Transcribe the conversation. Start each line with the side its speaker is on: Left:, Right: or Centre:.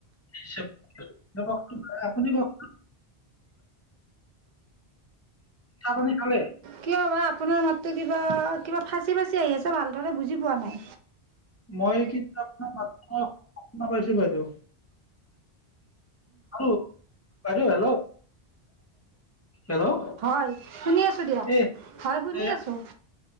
Left: ডিচে, কওঁকচোন আপুনি কওঁকচোন। চাহ পানী খালে?
Right: কিয় বা আপোনাৰ মাতটো কিবা কিবা ফাঁচি ফাঁচি আহি আছে ভালদৰে বুজি পোৱা নাই।
Left: মই কিন্তু আপোনাৰ মাতটো মই শুনা পাইছো বাইদেউ। আৰু বাইদেউ হেল্ল'! হেল্ল'
Right: হয় শুনি আছো দিয়ক
Left: এই
Right: হয় শুনি
Left: এই
Right: আছো।